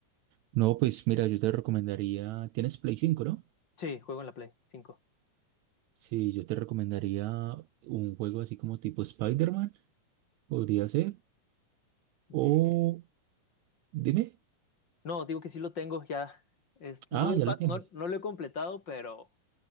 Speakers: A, on the right (about 80°); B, on the left (about 40°).
A: No, pues mira, yo te recomendaría, tienes Play 5, ¿no?
B: Sí, juego en la Play cinco
A: Sí, yo te recomendaría un juego así como tipo Spider-Man, podría ser.
B: Ye-
A: O dime,
B: No, digo que sí lo tengo ya. Es, no
A: ah,
B: lo he,
A: ya
B: pa-
A: lo tienes.
B: no, no lo he completado, pero